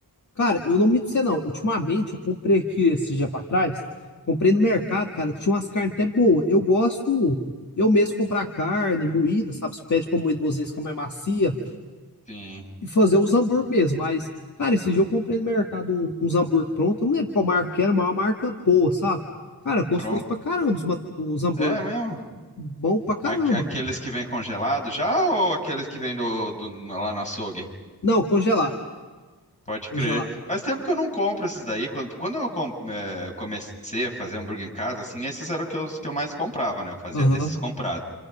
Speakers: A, on the left (about 50°); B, on the left (about 20°).
A: Cara, eu não me você não. Ultimamente, eu comprei aqui esse dia pra trás. Comprei no mercado, cara. Tinha umas carnes até boas. Eu gosto eu mesmo comprar carne moída, sabe? Se pede pra moer duas vezes, fica mais macia.
B: Sim,
A: E fazer os hambúrguer mesmo. Mas, cara, esse dia eu comprei no mercado um- uns hambúrguer pronto. Eu não lembro qual marca que era, mas é uma marca boa, sabe? Cara, gostoso
B: pronto.
A: pra caramba os, ma- os hambúrguer.
B: É mesmo?
A: Bom pra caramba,
B: Aque- Aqueles
A: cara.
B: que vêm congelados já ou aqueles que vêm do, do- lá no açougue?
A: Não, congelar,
B: Pode
A: congelar.
B: crer. Faz tempo que eu não compro esses daí. Quando, quando eu com- eh, comecei a fazer hambúrguer em casa, assim, esses eram os que eu, os que eu mais comprava, né? Eu fazia
A: Aham.
B: desses comprados.